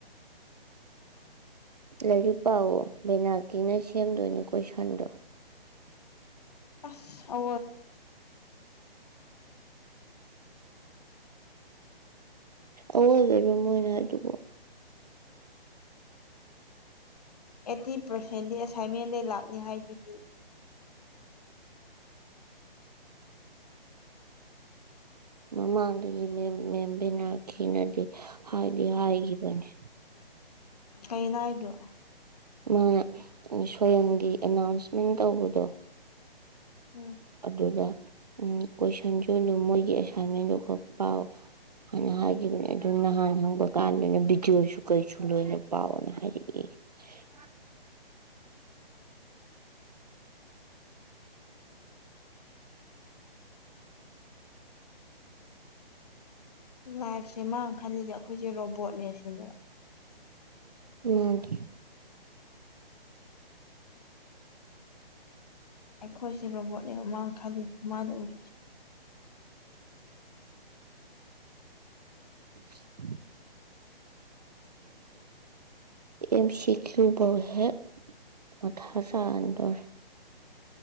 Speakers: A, on the right; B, on the left.
A: ꯂꯥꯏꯔꯤꯛ ꯄꯥꯋ ꯕꯦꯅꯥꯀꯤꯅ ꯁꯦꯝꯗꯣꯏꯅꯦ ꯀꯣꯏꯁꯟꯗꯣ
B: ꯑꯁ ꯍ
A: ꯑꯗꯕ꯭ꯔ ꯃꯣꯏꯅ ꯍꯥꯏꯗꯨꯕꯨꯣ
B: ꯑꯩꯠꯇꯤ ꯄꯥꯔꯁꯦꯟꯗꯤ ꯑꯦꯁꯥꯏꯟꯃꯦꯟꯗ ꯂꯥꯛꯅꯤ ꯍꯥꯏꯗꯨꯗꯤ
A: ꯃꯃꯥꯡꯗꯗꯤ ꯃ ꯃꯦꯝꯕꯤꯅꯈꯤꯅꯗꯤ ꯍꯥꯏꯗꯤ ꯍꯥꯏꯒꯤꯕꯅꯤ
B: ꯀꯩꯅ ꯍꯥꯏꯣ
A: ꯃꯥꯅ ꯁꯣꯒꯤ ꯑꯦꯅꯥꯎꯟꯁꯃꯦꯟ ꯇꯧꯕꯗꯣ
B: ꯎꯝ
A: ꯑꯗꯨ ꯎ ꯀꯣꯏꯁꯟꯁꯨ ꯑꯗꯨꯝ ꯃꯣꯏꯒꯤ ꯑꯦꯁꯥꯏꯟꯃꯦꯟꯗꯨ ꯈꯔ ꯄꯥꯎ ꯍꯥꯏꯅ ꯍꯥꯏꯈꯤꯕꯅꯦ ꯑꯗꯨ ꯅꯍꯥꯟ ꯍꯪꯕ ꯀꯥꯟꯗꯅꯦ ꯚꯗꯤꯑꯣꯁꯨ ꯀꯩꯁꯨ ꯂꯣꯏꯅ ꯄꯥꯎꯅ ꯍꯥꯏꯔꯛꯑꯦ <unintelligible>
B: ꯂꯥꯏꯐꯁꯦ ꯃꯥꯥꯡ ꯈꯜꯂꯤꯁꯦ ꯑꯩꯈꯣꯏꯁꯦ ꯔꯣꯕꯣꯠꯅꯦ ꯁꯤꯅꯦꯕ
A: ꯃꯥꯔꯤ
B: ꯑꯩꯈꯣꯏꯁꯤꯦ ꯔꯣꯕꯣꯠꯅꯤ ꯃꯃꯥꯡ ꯈꯥꯗꯤ ꯃꯥꯅ ꯎꯔꯨꯁꯤ
A: <unintelligible> ꯪ ꯁꯤꯈꯨꯧ ꯍꯦ ꯃꯊ ꯍꯁ ꯑꯟꯗꯔ